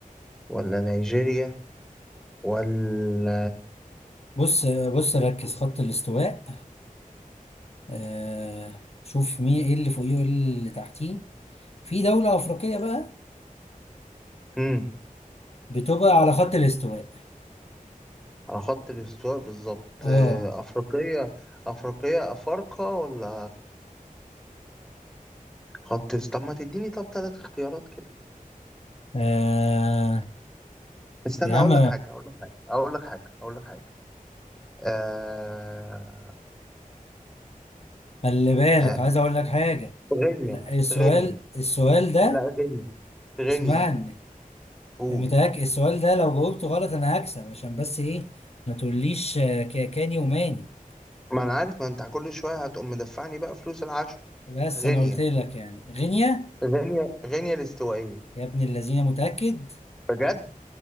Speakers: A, in the centre; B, on the left.
A: ولا نيجيريا ولا
B: بص بص ركز خط الاستواء آه شوف مين ايه اللي فوقيه وايه اللي تحتيه في دولة أفريقية بقى
A: مم.
B: بتبقى على خط الاستواء
A: على خط الاستواء بالظبط
B: اه
A: آه، أفريقية أفريقية أفارقة ولا خط است- طب ما تديني طب تلات اختيارات كده
B: آه،
A: استنى
B: يا عم
A: أقول لك حاجة أقول لك حاجة أقول لك حاجة أقول لك حاجة آه...
B: خلي بالك
A: آه...
B: عايز اقول لك حاجة
A: غينيا
B: لا السؤال
A: غينيا
B: السؤال ده
A: لا غينيا غينيا
B: اسمعني
A: قول
B: متهيألك السؤال ده لو جاوبته غلط انا هكسب عشان بس ايه ما تقوليش آه، ك- كاني وماني
A: ما أنا عارف ما أنت كل شوية هتقوم مدفعني بقى فلوس العشاء
B: بس
A: غينيا
B: انا قلت لك يعني غينيا
A: غينيا غينيا الاستوائية
B: يا ابن الذين متأكد
A: بجد